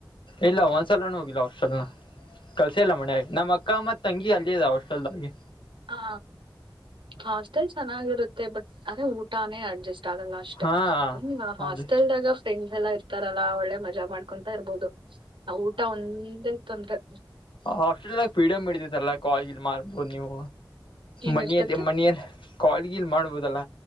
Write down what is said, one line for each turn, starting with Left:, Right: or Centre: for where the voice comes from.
Left: ಇಲ್ಲ ಒಂದ್ಸಲ. ಹಾಸ್ಟೆಲ್ ನ ಕಲ್ಸ ಇಲ್ಲ ಮನಾಗಿ ನಮ್ಮ ಅಕ್ಕ ಮತ್ ತಂಗಿ ಅಲ್ಲಿದ ಹಾಸ್ಟೆಲ್ದಾಗಿ.
Right: ಹಾ ಹಾಸ್ಟೆಲ್ ಚೆನ್ನಾಗಿರುತ್ತೆ ಬಟ್ ಅದೇ ಊಟಾನೇ ಅಡ್ಜಸ್ಟ್. ಷ್ಟ ಆಗಲ್ಲ ಅಷ್ಟೇ
Left: ಹಾ
Right: ಹ್ಮ್ ಹಾಸ್ಟೆಲ್ದಾಗ
Left: ಅದೇ
Right: ಫ್ರೆಂಡ್ಸ್ ಎಲ್ಲಾ ಇರ್ತಾರಲ್ಲಾ ಒಳ್ಳೆ ಮಜಾ ಮಾಡ್ಕೊಂತಾ ಇರ್ಬೋದು. ಊಟ ಒಂದೇ ತೊಂದ್ರೆ.
Left: ಹಾಸ್ಟೆಲ್ಗ ಫ್ರೀಡಂ ಇರ್ತಾಯಿತಲ್ಲ ಕಾಲಜ ಮಾರ್. ಆಗ್ಬೋದು ನೀವು
Right: ಏನ್
Left: ಮನೆಯಲ್ಲಿ
Right: ಇರ್ತತೆ
Left: ಮನೆಯಲ್ಲಿ ಕಾಾಲಗಲ್ ಮಾಡ್ಬೋದಲ್ಲ.